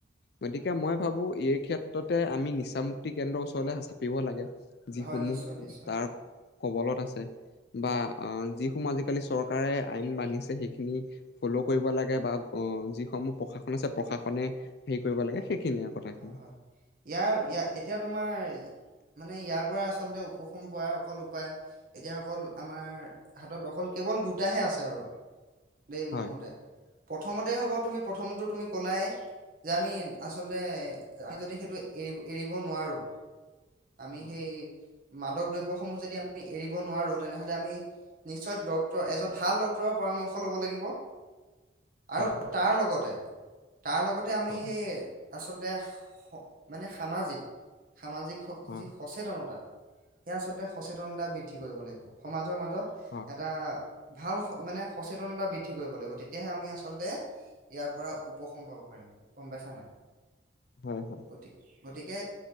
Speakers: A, on the left; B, on the right.
A: গতিকে মই ভাবো এই ক্ষেত্ৰতে আমি নিচামুক্তি কেন্দ্ৰৰ ওচৰলে চাপিব লাগে। যিসমূহ
B: হয় নিশ্চয় নিশ্চয়
A: তাৰ কবলত আছে। বা
B: হয়
A: অ যি আজিকালি চৰকাৰে আইন বান্ধিছে সেইখিনি ফ'ল' কৰিব লাগে। বা অ যিসমূহ প্ৰশা লিছে প্ৰশাসনে হেৰি কৰিব লাগে
B: হয়-হয়-হয়
A: সেইখিনিয়ে কথাখিনি
B: ইয়াৰ এতিয়া তোমাৰ মানে ইয়াৰ পৰা আচলতে উপষম পোৱা অকল উপায় এতিয়া অকল আমাৰ হাতত অকল কেৱল দুটাহে আছে আৰু। দেই
A: হয়
B: মোৰ মতে। প্ৰথমতে হ'ব তুমি প্ৰথমটো তুমি কলাই। যে আমি আচলতে, আমি যদি সেইটো এৰি এৰিব নোৱাৰো। আমি
A: হয়
B: সেই মাদক দ্ৰব্যসমূহ যদি আমি এৰিব নোৱাৰো, তেনেহ'লে আমি, নিশ্চয় ডক্টৰ এজন ভাল ডক্টৰৰ পৰামৰ্শ ল'ব লাগিব। আৰু
A: হয়
B: তাৰ লগতে। তাৰ লগত আমি
A: হয়
B: সেই আচলতে, স মানে সামাজিক। সামাজিক
A: হয়
B: যি সচেতনতা। এয়া আচলতে সচেতনতা বৃদ্ধ বৃদ্ধি কৰিব লাগিব সমাজৰ মাজত
A: হয়
B: এটা ভাল স মানে সচেতনতা বৃদ্ধি কৰিব লাগিব। তেতিয়াহে আমি আচলতে, ইয়াৰ পৰা উপশম পাব পাৰিম। গম পাইছা নাই।
A: হয়-হয়।
B: গতি গতিকে,